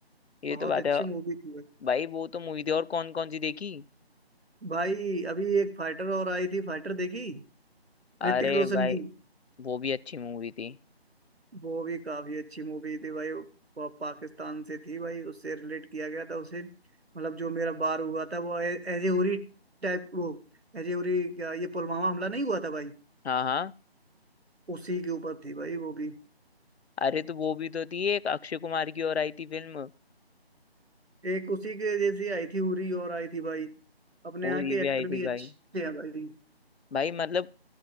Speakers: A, on the left (about 80°); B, on the right (about 75°).
A: ये
B: बहुत
A: तो बात
B: अच्छी
A: है
B: मूवी थी भाई
A: भाई वो तो मूवी थी और कौन कौन सी देखी
B: भाई अभी एक फाइटर और आई थी फाइटर देखी
A: अरे
B: ऋतिक रोशन
A: भाई
B: की
A: वो भी अच्छी मूवी थी
B: वो भी काफी अच्छी मूवी थी भाई वो पाकिस्तान से थी भाई उससे रिलेट किया गया था उसे मतलब जो मेरा बार हुआ था वो एजे उरी टाइप वो एजे उरी क्या ये पुलवामा हमला नहीं हुआ था भाई
A: हाँ हाँ
B: उसी के ऊपर थी भाई वो भी
A: अरे तो वो भी तो थी एक अक्षय कुमार की और आई थी फिल्म
B: एक उसी के जैसी आई थी उरी और आई थी भाई अपने यहाँ
A: उरी
B: के
A: भी
B: एक्टर
A: आई थी
B: भी
A: भाई
B: अच्छे हैं भाई
A: भाई मतलब